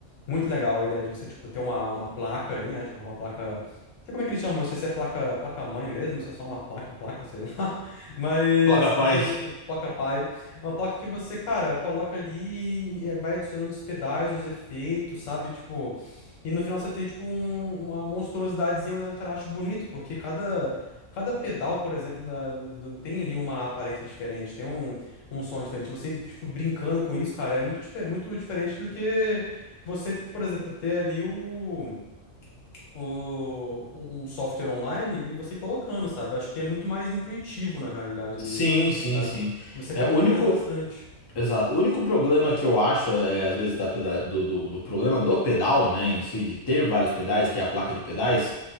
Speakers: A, on the left; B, on the left.
A: muito legal a ideia de você, tipo, ter uma, uma placa ali, né? Tipo, uma placa. Não sei como é que eles chamam, não sei se é placa, placa mãe mesmo, se é só uma placa, placa, sei lá. <laughs> Mas
B: Placa
A: que
B: pai.
A: vo- placa pai. Uma placa que você, cara, coloca ali e vai adicionando os pedais, os efeitos, sabe? Tipo. E no final você tem, tipo, um- uma monstruosidadezinha, mas, cara, eu acho bonito, porque cada. Cada pedal, por exemplo, da- da- do- tem ali uma aparência diferente. Tem um, um som diferente. Você, tipo, brincando com isso, cara, é muito, dife- muito diferente do que você, por exemplo, ter ali o, o, um software online e você colocando, sabe? Acho que é muito mais intuitivo, na realidade,
B: Sim,
A: ali,
B: sim,
A: sabe?
B: sim.
A: Você acaba
B: É, o único,
A: aprendendo bastante.
B: Exato. O único problema que eu acho, é, às vezes, da peda- do, do, do problema do pedal, né, em si, de ter vários pedais, ter a placa de pedais,